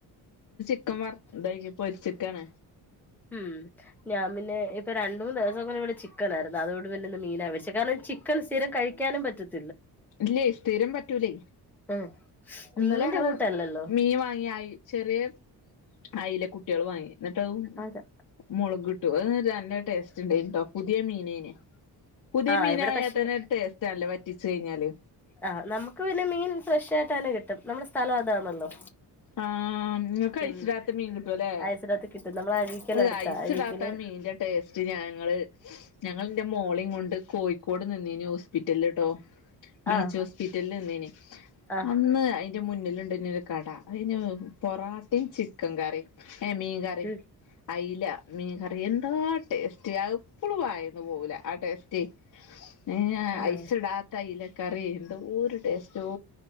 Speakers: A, on the left; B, in the centre.
A: ചിക്കൻ വർ ഡെയ്ലി പൊരിചിക്കാണ്
B: ഉം ഞാൻ പിന്നെ ഇപ്പൊ രണ്ട് മൂന്ന് ദിവസം പൊലെ ഇവിടെ ചിക്കനായിരുന്നു അതോണ്ട് ഇന്ന്പിന്നെ മീനാപൊരിച്ചേ കാരണം ചിക്കൻ സ്ഥീരം കഴിക്കാനും പറ്റത്തി
A: ഇല്ലേ സ്ഥിരം പറ്റൂലേ
B: ഉം
A: ഇന്നലെ
B: മീന്റെ
A: അള്
B: കൂട്ടല്ലല്ലോ
A: മീൻ വാങ്ങിയായി ചെറിയ അയിലെ കുട്ടികൾ വാങ്ങി എന്നിട്ട് അ
B: അതെ
A: മൊളകിട്ടു അത് നല്ല ടേസ്റ്റ്ണ്ടയ്ന്ട്ടോ പുതിയ മീനേന് പുതിയ
B: ആ
A: മീനായത്തന്നെ
B: ഇവിടെ പക്ഷെ
A: ടേസ്സ്റ്റാണല്ലോ വറ്റിച്ച് കഴിഞ്ഞാല്
B: ആഹ് നമുക്ക് പിന്നെ മീൻ ഫ്രഷ് ആയിട്ട് തന്നെകിട്ടും നമ്മടെ സ്ഥലം അതാണല്ലോ
A: ആഹ് ങ്ങൾക്ക്
B: ഉം
A: ഐസിടാത്ത മീൻ കിട്ടുംല്ലേ
B: അയസിനകത്ത് കിട്ടും നമ്മള അഴീക്കൽ അടുത്താ
A: ഐസ്
B: അഴീക്കല്
A: ഇടാത്ത മീന്റെ ടേസ്റ്റ് ഞങ്ങള് ഞങ്ങൾ ന്റെ മോളിം കൊണ്ട് കോഴ്കോ കൂടെ നിന്നേന് ഹോസ്പിറ്റലട്ടോ ബീച്ച്
B: ആഹ്
A: ഹോസ്പിറ്റല് നിന്നേന്
B: ആഹ്
A: അന്ന് അതിന്റെ മുന്നിലുണ്ട് ന്നരു കട അതിന് പൊറോട്ടയും ചിക്കൻ കറിം ഏഹ് മീൻകറിം
B: ഉം
A: അയില മീൻ കറിയെന്താ ടേ ടേസ്റ്റ് അഹ് ഇപ്പളും വായന്ന് പോകുല ആ ടേസ്റ്റ് എ
B: ആണോ
A: ഐസ് ഇടാത്ത അയിലക്കറി എന്തോരു ടേസ്റ്റോ